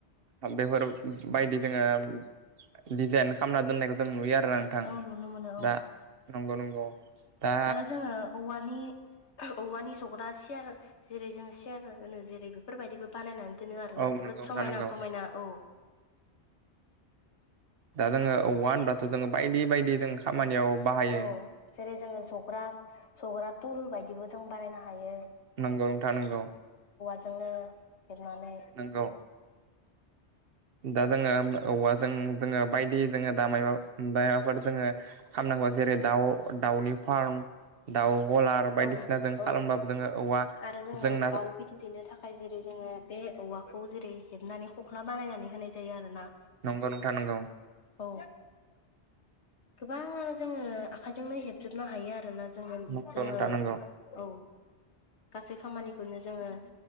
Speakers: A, on the right (about 60°); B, on the left (about 80°).
A: बेफोर बायदि जोङो दिडजाइन खालामना दोननायखौ जों नुयो आरो नोंथां
B: औ नुनो मोनो औ
A: दा नंगौ नंगौ दा
B: आरो जोङो औवानि औवानि जग्रा सियार जेरै जों सियार होनो जेरै बेफोरबायदिबो बानायनानै दोनो आरो जोबोद
A: औ नंगौ नोंथां
B: समायना
A: नंगौ
B: समायना औ
A: दा जोङो होनब्लाथ' जोङो बायदि बायदि जों खामानियाव बाहायो
B: औ जेरै जोङो जग्रा जग्रा थुल बायदिबो जों बानायनो हायो
A: नंगौ नोंथां नंगौ
B: जोंनो हेबनानै
A: नंगौ दा जोङो औवाजों जोङो बायदि जोङो दामाय ओमफ्राय माबाफोर जोङो खालामनांगौ जेरै दाउ दाउनि फार्म दाउ गलार बायदिसिना
B: औ
A: जों
B: औ
A: खालामबाबो जोङो औवा
B: आरो जोङो
A: जोंना
B: दाउ बिदै दैनो थाखाय जेरै जोङो बे औवाखौ जेरै हेबनानै खख्ला बानायनानै होनाय जायो आरो ना।
A: नंगौ नोंथां नंगौ।
B: औ गोबां जोङो आखाइजोंनो हेबजोबनो हायो आरोना जों
A: नंगौ
B: जोङो
A: नोंथां नंगौ
B: औ। गासै खामानिखौनो जोङो